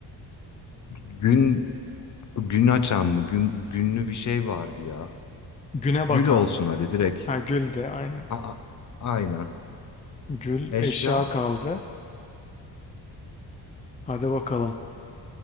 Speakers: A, on the left; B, on the left.
A: gün Gün açan mı? Gün, günlü bir şey vardı ya.
B: Güne bakan.
A: Gül olsun hadi direkt.
B: Ha gül de aynen.
A: Aa, aynen.
B: Gül
A: Eşya
B: eşya kaldı. Hadi bakalım.